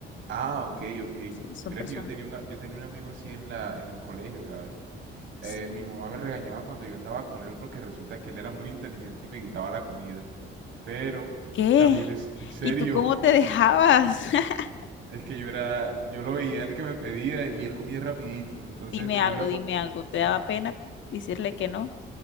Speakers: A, on the right (about 75°); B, on the left (about 70°).
A: Ah, ok, ok.
B: Sí, son
A: Mira
B: personas
A: que yo tenía un, yo tenía un amigo así en la, en el colegio, ¿sabes?
B: Sí.
A: eh, mi mamá me regañaba cuando yo andaba con él porque resulta que él era muy inteligente y me quitaba la comida. Pero
B: ¿Qué?
A: también es en serio,
B: ¿Y tú cómo te dejabas? <laughs>
A: <laughs> es que yo era, yo lo veía el que me pedía y él comía rapidito. Entonces
B: Dime
A: yo
B: algo,
A: iba con,
B: dime algo. ¿Te daba pena decirle que no?